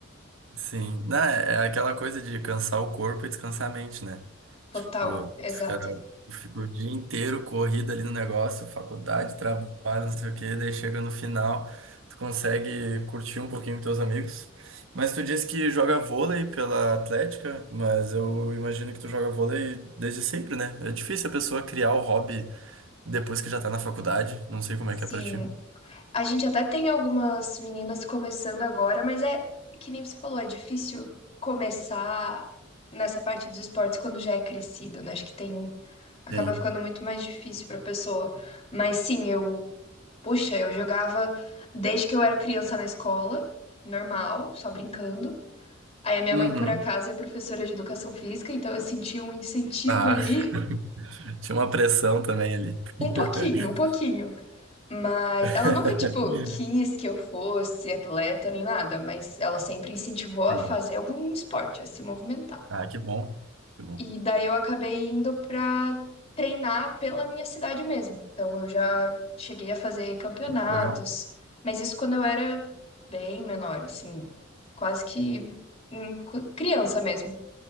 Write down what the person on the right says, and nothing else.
Sim, não, é é aquela coisa de cansar o corpo e descansar a mente, né?
Tipo,
tu fica, tu fica o dia inteiro corrido ali no negócio, faculdade, trabalho, não sei o quê, daí chega no final, tu consegue curtir um pouquinho com teus amigos. Mas tu disse que joga vôlei pela Atlética, mas eu imagino que tu joga vôlei desde sempre, né? É difícil a pessoa criar o hobby depois que já tá na faculdade, não sei como
é que é pra ti.
Sim.
Uhum.
Ah,
<laughs> tinha uma pressão também ali. <laughs>
<laughs>
Sim.
Ah, que bom. Que bom.
Legal.